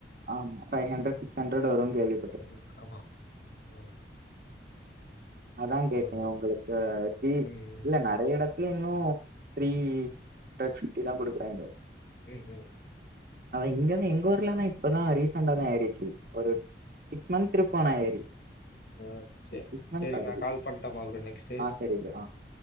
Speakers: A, on the right; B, on the left.
A: ஆமா ஃபவ் ஹண்ட்ரட் சிக்ஸ் ஹண்ட்ரட் வரு கேள்வி
B: தெரியு ஆமா ஆ
A: அதா கேட்டே
B: வரும் ப்ரோ
A: உங்களுக்கு சி
B: ம் ம்
A: இல்ல நா நெறைய எடத்துல இன்னு த்ரீ ஹண்ட்ரட் ஃபிப்டி தா குடுக்குறாங்க
B: ம் ம்
A: ஆனா இங்க இருந்து எங்க எங்க ஊர்லதா இப்பதா ரீசெண்டா தா ஏறிடுச்சு ஒரு சிக்ஸ் மந்த் இருக்கு நா ஏறி
B: ஆ ச
A: சிக்ஸ் மந்த்
B: சரி
A: ஆகுது
B: நா கால் பண்ட்டுமா அப்பற நெக்ஸ்ட் டே
A: ஆ சரி ப்ரோ ஆ